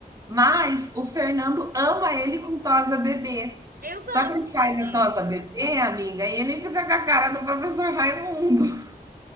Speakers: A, on the right; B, on the right.
A: Mas o Fernando ama ele com tosa bebê.
B: Eu gosto
A: Só que ele faz
B: também.
A: a tosa bebê, amiga, e ele fica com a cara do professor Raimundo.